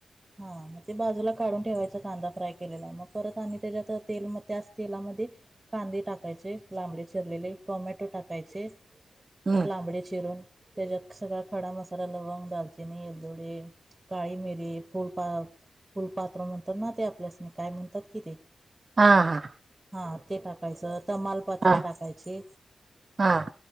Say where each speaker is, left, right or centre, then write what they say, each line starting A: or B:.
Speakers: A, on the right; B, on the right.
A: हा मग ते बाजूला काढून ठेवायच कांदा फ्राय केलेला मग परत आणि त्याच्यात तेल त्याच तेलामध्ये कांदे टाकायचे. लांबडे चिरलेले टोमॅटो टाकायचे
B: हम्म,
A: लांबडे चिरून त्याच्यात सगळा खडा मसाला लवंग दालचिनी, एलदोडी काळी मिेरीे फुलपात्र म्हणतात ना ते आपल्यासने काय म्हणतात कि ते-
B: हा हा
A: हा ते टाकायचं तमाल तमालपत्र
B: हा
A: टाकायची.
B: हा